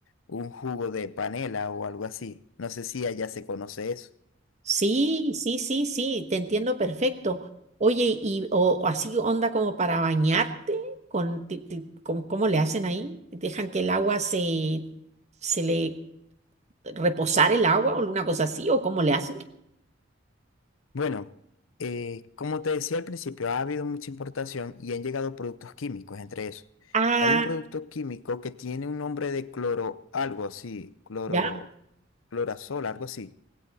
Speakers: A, on the left; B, on the right.
A: un jugo de panela o algo así. No sé si allá se conoce eso.
B: sí. Sí, sí, sí, sí, te entiendo perfecto. Oye, y o, o así onda como para bañarte, con, ti- ti- con- ¿cómo le hacen ahí? ¿Dejan que el agua se, se le reposar el agua o una cosa así? ¿O cómo le hacen?
A: Bueno, eh, como te decía al principio, ha habido mucha importación y han llegado productos químicos entre esos.
B: Ah,
A: Hay un producto químico que tiene un nombre de cloro, algo así, cloro,
B: ya,
A: clorazol, algo así.